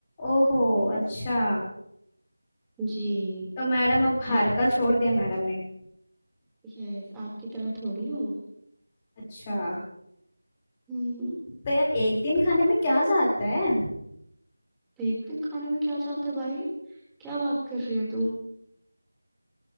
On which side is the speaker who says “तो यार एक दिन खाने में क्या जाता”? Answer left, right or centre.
Left